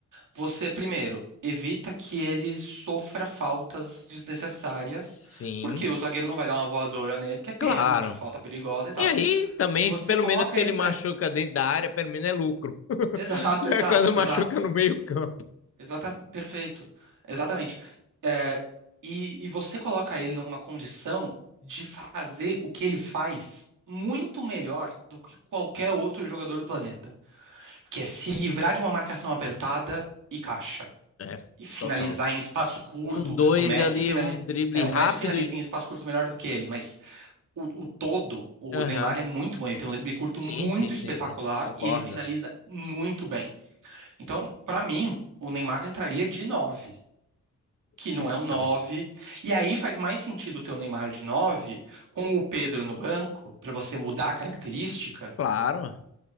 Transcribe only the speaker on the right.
Você, primeiro, evita que ele sofra faltas desnecessárias,
porque o zagueiro não vai dar uma voadora nele, porque é pênalti,
é falta perigosa e tal.
Você
coloca
ele
pra. <laughs>
Exato, exato,
exato.
Exata... Perfeito. Exatamente. É, E, e você coloca ele numa condição de fazer o que ele faz muito melhor do que qualquer outro jogador do planeta, que é se livrar de uma marcação apertada e caixa.
e finalizar
em espaço curto.
O Messi
finali...
é, o
Messi finaliza
em espaço curto melhor do que ele, mas o, o todo, o
Neymar é muito bom. Ele tem um drible curto
muito
espetacular
e ele finaliza muito bem. Então, pra mim, o Neymar entraria de 9 que
não é um nove E aí faz mais sentido ter o Neymar de 9 com o Pedro no banco, pra você mudar a característica,